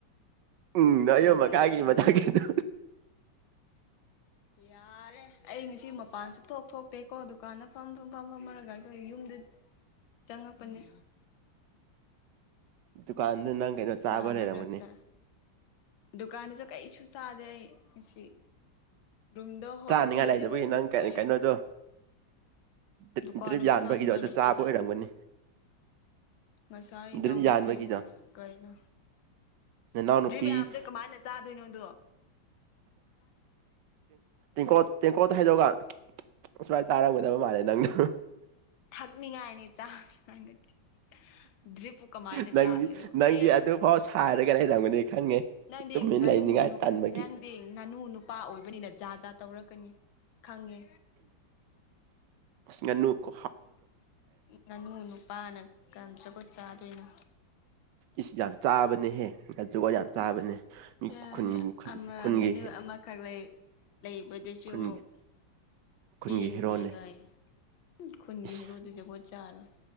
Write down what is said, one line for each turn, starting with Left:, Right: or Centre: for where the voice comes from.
Right: ꯎꯝ ꯅꯏꯣ
Left: ꯅꯋꯥꯔꯧꯔꯦ
Right: ꯃ ꯀꯥꯏꯒꯤ ꯃꯖꯥ ꯀꯦꯗ
Left: ꯌꯥꯔꯦ ꯑꯩ ꯉꯁꯤ ꯃꯄꯥꯟꯁꯨ ꯊꯣꯛ ꯊꯣꯛꯇꯦꯀꯣ ꯗꯨꯀꯥꯟꯗ ꯐꯝ ꯊꯝ ꯐꯝ ꯐꯝꯃꯔꯒg ꯍꯣꯏ ꯌꯨꯝꯗ ꯆꯪꯉꯛꯄꯅꯦ
Right: ꯗꯨꯀꯥꯟꯗ ꯅꯪ ꯀꯩꯅꯣ
Left: ꯅꯨꯡꯁꯥ
Right: ꯆꯥꯕ ꯂꯩꯔꯝꯒꯅꯤ
Left: ꯃꯔꯛꯇ ꯗꯨꯀꯥꯟꯗꯁꯨ ꯀꯔꯤꯁꯨ ꯆꯥꯗꯦ ꯑꯩꯁꯤ ꯔꯨꯝꯗ ꯍꯣꯏ
Right: ꯆꯥꯅꯤꯡꯉꯥꯏ
Left: ꯔꯨꯝꯗꯗꯤ
Right: ꯂꯩꯇꯕꯒꯤ
Left: ꯍꯣꯏ ꯉ
Right: ꯅꯪ ꯀꯩ
Left: ꯍꯣꯏ
Right: ꯀꯩꯅꯣꯗꯣ ꯗ꯭ꯔꯤꯞ
Left: ꯗꯨꯀꯥꯥꯟꯗꯤ
Right: ꯗ꯭ꯔꯤꯞ ꯌꯥꯟꯕꯒꯤꯗꯣ
Left: ꯆꯖꯥꯅꯤꯉ
Right: ꯑꯗꯨ
Left: ꯂꯩꯦ
Right: ꯆꯥꯕ
Left: ꯀꯥꯏꯅꯣ
Right: ꯑꯣꯏꯔꯝꯒꯅꯤ
Left: ꯉꯁꯥ
Right: ꯗ꯭ꯔꯤꯝ
Left: ꯏꯅꯥꯎꯅꯨꯄꯤ
Right: ꯌꯥꯟꯕꯒꯤꯗꯣ
Left: ꯑꯃꯅ ꯀꯩꯅ
Right: ꯅꯅꯥꯎ ꯅꯨꯄꯤ
Left: ꯗ꯭ꯔꯤꯔꯤꯕꯌꯥꯝꯗ ꯀꯃꯥꯏꯅ ꯆꯥꯗꯣꯏꯅꯣꯗꯣ
Right: ꯑꯣꯀꯣ ꯇ ꯍꯥꯏꯦꯗꯧꯒ ꯑꯁꯨꯃꯥꯏꯅ ꯆꯥꯔꯝꯒꯗꯕ ꯃꯥꯜꯂꯦ ꯅꯪꯅ
Left: ꯊꯛꯅꯤꯡꯉꯥꯏꯅꯤ ꯆꯥꯅꯤꯡꯉꯥꯏꯅꯗꯤ ꯗ꯭ꯔꯤꯞꯄꯨ ꯀꯃꯥꯏꯅ
Right: ꯅꯪ
Left: ꯆꯥꯗꯣꯏꯅꯣ
Right: ꯅꯪꯗꯤ
Left: ꯑꯦ
Right: ꯑꯗꯨꯐꯥꯎ ꯁꯥꯏꯔꯒ ꯂꯩꯔꯝꯒꯅꯤ ꯈꯪꯉꯦ
Left: ꯅꯪꯗꯤ
Right: ꯇꯨꯃꯤꯟꯅ
Left: ꯉꯅꯨ
Right: ꯂꯩꯅꯤꯡꯉꯥꯏ
Left: ꯅ
Right: ꯇꯟꯕꯒꯤ
Left: ꯅꯪꯗꯤ ꯉꯥꯅꯨ ꯅꯨꯄꯥ ꯑꯣꯏꯕꯅꯤꯅ ꯖꯥ ꯖꯥ ꯇꯧꯔꯛꯀꯅꯤ ꯈꯪꯉꯦ
Right: ꯅꯅꯨ ꯀꯣ
Left: ꯉꯥꯅꯨ ꯅꯨꯄꯥꯅ ꯀꯔꯝ ꯆꯒꯣꯠ ꯆꯥꯗꯣꯏꯅꯣ
Right: ꯏꯁ ꯌꯥꯝ ꯆꯥꯕꯅꯦꯍꯦ ꯖꯨꯒ ꯌꯥꯝ ꯆꯥꯕꯅꯦ ꯃꯤ
Left: ꯌꯥꯅꯤ
Right: ꯈꯨꯟ ꯈꯨꯟ
Left: ꯑꯃꯒꯅꯤ
Right: ꯈꯨꯟꯒꯤ
Left: ꯑꯃꯈꯛ ꯂꯩ ꯂꯩꯕꯗꯁꯨ
Right: ꯈꯨꯟ
Left: ꯑꯃꯨꯛ
Right: ꯈꯨꯟꯒꯤ
Left: ꯆꯦꯡꯈ꯭ꯔꯦ
Right: ꯍꯦꯔꯣꯅꯦ
Left: ꯍꯥꯏ ꯈꯨꯟꯒꯤ
Right: ꯏꯁ
Left: ꯍꯦꯔꯨꯗ ꯖꯒꯣꯏ ꯆꯥꯂ